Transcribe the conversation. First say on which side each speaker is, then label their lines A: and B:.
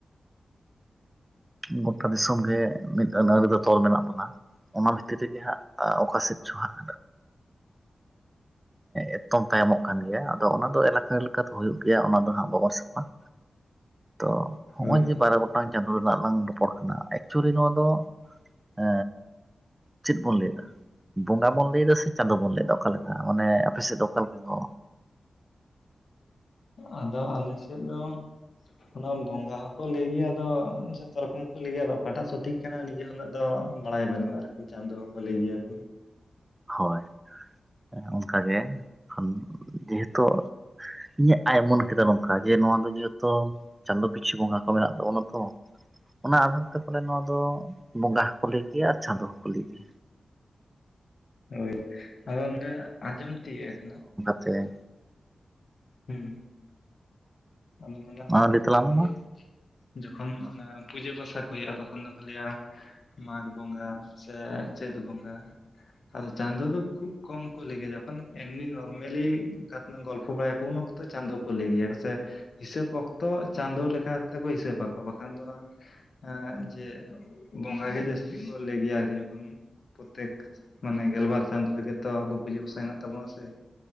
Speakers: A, on the right; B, on the left.
A: ᱜᱚᱴᱟ ᱫᱤᱥᱚᱢ ᱜᱮ ᱢᱤᱫ ᱟᱹᱱ ᱟᱹᱨᱤ ᱫᱚ ᱛᱚᱞ ᱢᱮᱱᱟᱜ ᱵᱚᱱᱟ ᱾ ᱚᱱᱟ ᱵᱷᱤᱛᱤᱨ ᱨᱮᱜᱮ ᱦᱟᱸᱜ ᱚᱠᱟ ᱥᱮᱫ ᱪᱚ ᱦᱟᱸᱜ ᱮᱛᱚᱢ ᱛᱟᱭᱚᱢᱚᱜ ᱠᱟᱱ ᱜᱮᱭᱟ ᱟᱫᱚ ᱚᱱᱟ ᱫᱚ ᱮᱞᱟᱠᱟ ᱞᱮᱠᱟᱛᱮ ᱦᱩᱭᱩᱜ ᱜᱮᱭᱟ ᱚᱱᱟ ᱫᱚ ᱦᱟᱸᱜ ᱵᱟᱵᱚᱱ ᱥᱟᱵ ᱟ ᱾ ᱛᱚ ᱱᱚᱜ-ᱚᱭ
B: ᱦᱳᱭ
A: ᱡᱮ ᱵᱟᱨᱚ ᱜᱚᱴᱟᱝ ᱪᱟᱸᱫᱳ ᱨᱮᱱᱟᱜ ᱞᱟᱝ ᱨᱚᱯᱚᱲ ᱠᱟᱱᱟ ᱮᱠᱪᱩᱭᱮᱞᱤ ᱱᱚᱣᱟ ᱫᱚ ᱮ ᱪᱮᱫ ᱵᱚᱱ ᱞᱟᱹᱭ ᱮᱫᱟ ᱾ ᱵᱚᱸᱜᱟ ᱵᱚᱱ ᱞᱟᱹᱭ ᱫᱟ ᱥᱮ ᱪᱟᱸᱫᱳ ᱵᱚᱱ ᱞᱟᱹᱭᱮᱫᱟ ᱚᱠᱟᱞᱮ ᱞᱮᱠᱟ ᱢᱟᱱᱮ ᱟᱯᱮ ᱥᱮᱫ ᱫᱚ ᱚᱠᱟ ᱞᱮᱠᱟ ᱠᱚ
B: ᱟᱫᱚ ᱟᱞᱮ ᱥᱮᱫ ᱫᱚ ᱚᱱᱟ ᱵᱚᱸᱫᱟ ᱦᱚᱸᱠᱚ ᱞᱟᱹᱭ ᱜᱮᱭᱟ ᱟᱫᱚ ᱡᱮ ᱡᱟᱨ ᱨᱚᱠᱚᱢ ᱠᱚ ᱞᱟᱹᱭᱟ ᱟᱫᱚ ᱚᱠᱟᱴᱟᱜ ᱥᱚᱴᱷᱤᱠ ᱠᱟᱱᱟ ᱱᱤᱡᱮ ᱩᱱᱟᱜ ᱫᱚ ᱵᱟᱲᱟᱭ ᱵᱟᱹᱱᱩᱜᱼᱟ ᱟᱨᱠᱤ ᱪᱟᱸᱫᱚ ᱦᱚᱸᱠᱚ ᱞᱟᱹᱭ ᱜᱮᱭᱟ ᱠᱚ᱾
A: ᱦᱳᱭ ᱮ ᱚᱱᱠᱟ ᱜᱮ ᱦᱩᱢ ᱡᱮᱦᱮᱛᱳ ᱤᱧᱟᱹᱜ ᱟᱭ ᱩᱢᱟᱹᱱ ᱠᱮᱫᱟ ᱱᱚᱝᱠᱟ ᱡᱮ ᱱᱚᱣᱟ ᱫᱚ ᱡᱚᱛᱚ ᱪᱟᱸᱫᱳ ᱯᱤᱪᱷᱩ ᱵᱚᱸᱜᱟ ᱠᱚ ᱢᱮᱱᱟᱜ ᱛᱵᱚᱱᱟ ᱛᱚ᱾ ᱚᱱᱟ ᱟᱫᱷᱟᱨ ᱛᱮ ᱯᱟᱞᱮ ᱱᱚᱣᱟ ᱫᱚ ᱵᱚᱸᱜᱟ ᱦᱚᱸᱠᱚ ᱞᱟᱹᱭ ᱠᱮᱭᱟ ᱟᱨ ᱪᱟᱸᱫᱚ ᱦᱚᱸᱠᱚ ᱞᱟᱹᱭ ᱜᱮ᱾
B: ᱦᱳᱭ ᱟᱫᱚ ᱚᱸᱰᱮ ᱟᱸᱡᱚᱢ ᱛᱤᱭᱟᱹᱜ ᱟᱠᱟᱱᱟ᱾
A: ᱥᱮ
B: ᱦᱩᱸ, ᱟᱫᱚ ᱱᱚᱰᱮ
A: ᱢᱟ
B: ᱦᱚᱸ
A: ᱞᱟᱹᱭ ᱛᱟᱞᱟᱝ
B: ᱡᱚᱠᱷᱚᱱ
A: ᱢᱮ ᱢᱟ
B: ᱜᱮ ᱡᱚᱠᱷᱚᱱ ᱚᱱᱟ ᱯᱩᱡᱟᱹ ᱯᱟᱥᱟ ᱠᱚ ᱦᱳᱭᱳᱜᱼᱟ ᱛᱚᱠᱷᱚᱱ ᱫᱚᱠᱚ ᱞᱟᱹᱭᱟ ᱢᱟᱜᱽ ᱵᱚᱸᱜᱟ ᱥᱮ ᱟᱨ ᱪᱟᱹᱫ ᱵᱚᱸᱜᱟ᱾ ᱟᱫᱚ ᱪᱟᱸᱫᱳ ᱫᱚ ᱠᱷᱩᱵ ᱠᱚᱢ ᱠᱚ ᱞᱮ ᱜᱮᱭᱟ ᱡᱚᱠᱷᱱ ᱮᱢᱱᱤ ᱱᱚᱨᱢᱮᱞᱤ ᱠᱟᱛ ᱜᱚᱞᱯᱷᱚ ᱵᱟᱭᱟ ᱩᱱ ᱚᱠᱛᱚ ᱪᱟᱸᱫᱳ ᱠᱚ ᱞᱟᱹᱭ ᱜᱮᱭᱟ ᱠᱚ ᱥᱮ᱾ ᱦᱤᱥᱟᱹᱯ ᱚᱠᱛᱚ ᱪᱟᱸᱫᱳ ᱞᱮᱠᱟ ᱛᱮᱠᱚ ᱦᱤᱥᱟᱹᱯ ᱟᱠᱚ ᱵᱟᱠᱷᱟᱱ ᱫᱚ ᱚᱱᱟ ᱮᱸ ᱡᱮ ᱵᱚᱸᱜᱟ ᱜᱮ ᱡᱟᱹᱥᱛᱤ ᱠᱚ ᱞᱟᱹᱭ ᱜᱮᱭᱟ ᱟᱨᱠᱤ ᱡᱚᱠᱷᱚᱱ ᱯᱚᱛᱮᱠ ᱢᱟᱱᱮ ᱜᱮᱞᱵᱟᱨ ᱪᱟᱸᱫᱳ ᱨᱮᱜᱮ ᱛᱚ ᱟᱵᱚ ᱯᱩᱡᱟᱹ ᱯᱟᱥᱟ ᱦᱮᱱᱟᱜ ᱛᱟᱵᱚᱱᱟ ᱥᱮ᱾